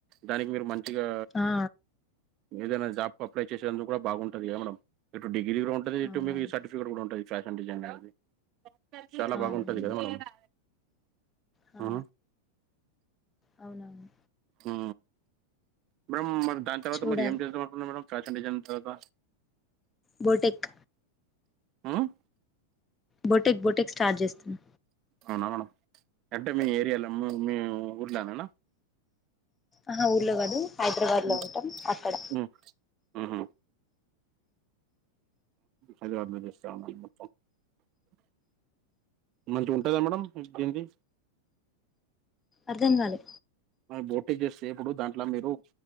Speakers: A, on the right; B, on the left.
A: దానికి మీరు మం గా
B: ఆ
A: ఏదైనా జాబ్కు అప్లై చేసేందుకు కూడా బాగుంటది కదా మేడం. ఇటు డిగ్రీ కూడా ఉంటది, ఇటు
B: అవునవును
A: మీకు సర్టిఫికెట్ కూడా ఉంటది ఫ్యాషన్ డిజైనర్ది. చాలా
B: ఆ
A: బాగుంటది
B: అవును
A: కదా మేడం.
B: ఆ.
A: ఉమ్,
B: అవునవును.
A: ఉ మేడం మరి దాని తర్వాత
B: చూడాలి
A: మరి ఏం చేద్దాం అనుకున్నారు ఫ్యాషన్ డిజైన్ తర్వాత,
B: బోటెక్.
A: ఉమ్
B: బోటెక్ బోటెక్ స్టార్ట్ చేస్తున్నా,
A: అవునా మేడం అంటే మీ ఏరియాలో మీ ఊర్లోనేనా,
B: ఆహా ఊర్ల కాదు. హైదరాబాద్ లో
A: ఉ
B: ఉంటాం అక్కడ
A: ఉ ఉహ్, ఆ జాబ్ మీకు ఇస్తామున్నాము <unintelligible> మంచిగా ఉంటా కదా మేడం దీనికి,
B: అర్థం కాలే,
A: బోటీ చేస్తే ఇప్పుడు దాంట్లో మీరు